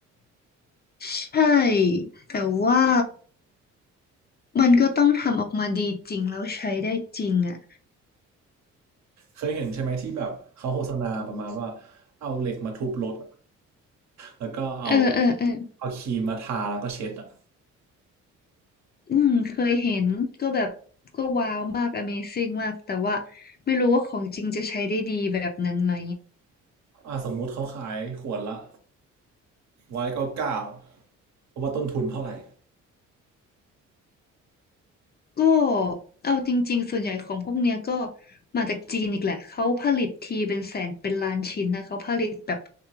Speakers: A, on the left; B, on the right.
A: ใช่แต่ว่ามันก็ต้องทำออกมาดีจริงแล้วใช้ได้จริงอ่ะ
B: เคยเห็นใช่ไหมที่แบบเขาโฆษณาประมาณว่าเอาเหล็กมาทุบรถอะแล้วก็เอา
A: เออเออเออ
B: เอาครีมมาทาแล้วก็เช็ดอ่ะ
A: อืมเคยเห็นก็แบบก็ว้าวมาก Amazing มากแต่ว่าไม่รู้ว่าของจริงจะใช้ได้ดีแบบนั้นไหม
B: อ่ะสมมุติเขาขายขวดละร้อยเก้าเก้าเพราะว่าต้นทุนเท่าไหร่
A: ก็เอาจริงๆส่วนใหญ่ของพวกเนี้ยก็มาจากจีนอีกแหละเขาผลิตทีเป็นแสนเป็นล้านชิ้นนะเขาผลิตแบบ